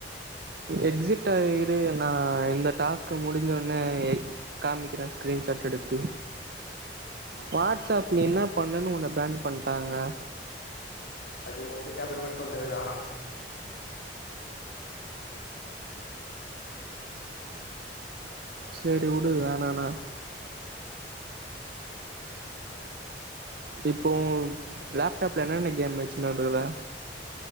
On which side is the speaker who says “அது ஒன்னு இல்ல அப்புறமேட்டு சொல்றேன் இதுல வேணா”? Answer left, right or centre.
Left